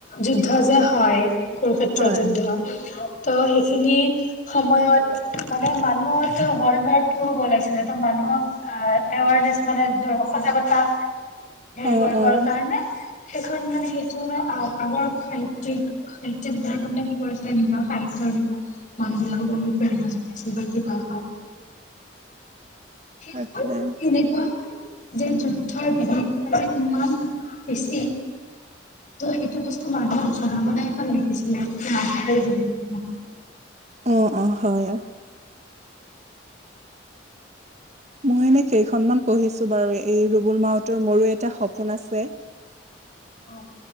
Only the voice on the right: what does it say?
হয়,
অ',
অ',
তাকে
অ' অ' হয়। মই এনে কেইখনমান পঢ়িছোঁ বাৰু, এই ৰুবুল মাউতৰ মোৰো এটা সপোন আছে।